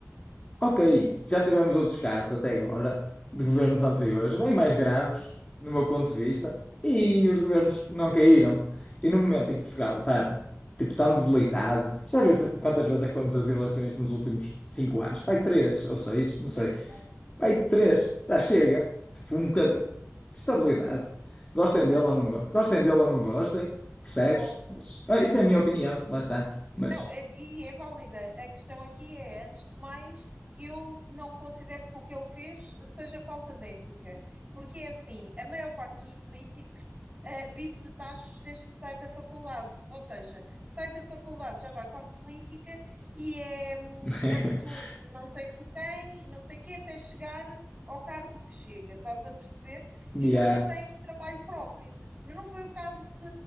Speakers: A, on the left (about 20°); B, on the right (about 25°).
A: Ok, já tivemos outros casos até agora de governos anteriores, bem mais graves, no meu ponto de vista, e os governos não caíram. E no momento em que Portugal está tipo tão debilitado, já vês quantas vezes é que fomos às eleições nos últimos cinco anos? Pai, três ou seis, não sei.
B: É verdade.
A: Pai, três, já chega. Tipo, um bocado de estabilidade. Gostem dele
B: Epá,
A: ou não, go- gostem dele ou não gostem, percebes?
B: ó
A: Mas ah, isso é a minha opinião, lá está. Mas.
B: Não, é- e é válida. A questão aqui é, antes de mais, eu não considero que o que ele fez seja falta de ética, porque é assim, a maior parte dos políticos ah, vive de tachos desde que sai da faculdade, ou seja, sai da faculdade, já vai para a política e é hum,
A: <laughs>
B: assessor de não sei de quem, não sei quê, até chegar ao cargo que chega, estás a perceber?
A: Mia.
B: E nunca tem um trabalho próprio. Mas não foi o caso de,